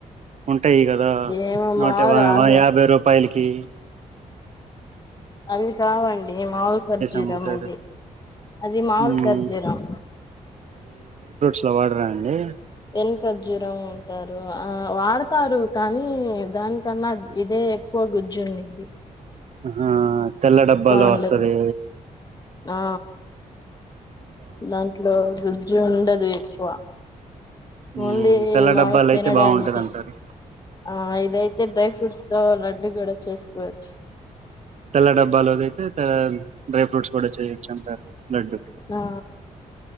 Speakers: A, on the right (about 55°); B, on the left (about 30°).
A: ఉన్ టయి కదా
B: ఏమో
A: నూట
B: మాములుగా
A: బాగా బాగా యాభై రూపాయలు ఇస్ కీ
B: అవి కావండి మావల్ ఖర్జూరం
A: అమ్ముతారు
B: అది అది మావల్
A: మ్మ్
B: ఖర్జూరం
A: పలవాడరా అండి
B: వెనుకజ్జరం ఉంటారు ఆ వాడతారు కానీ దానికన్నా ఇదే ఎక్కువ గుజ్జు ఉడిది
A: అహా తెల్ల డబ్బాలో
B: ఉండదు
A: వస్తంది
B: ఆ దాంట్లో గుజ్జు ఉండదు కువా
A: మ్మ్
B: ఓన్లీ
A: తెల్ల
B: మాలు
A: డబ్బాలు
B: తినడానికి
A: అయితే బాగుంటది అంటారు
B: ఆ ఇదైతే డ్రై ఫ్రూట్స్ తో లడ్డడు కూడా చేస్త బస్
A: తెల్ల డబ్బాలోద అయితే డ్రై ఫ్రూట్స్ కూడా చేయొచ్చు అంటారు లడ్డు
B: ఆ